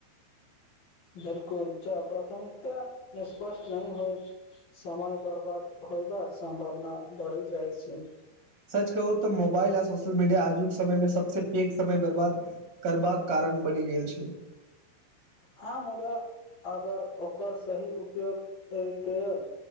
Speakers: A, on the left; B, on the right.
A: बिलकुल जा प्राथमिकता स्पष्ट नहि होइत समय बर्बाद होयबाक सम्भावना बढ़ि जाइत छै।
B: सच कहू तऽ मोबाइल आ सोशल मीडिया आजुक समयमे सभसँ पैघ समय बर्बाद करबाक कारण बनिि गेल छै।
A: हँ मुदा अगर ओकर सही उपयोग कयल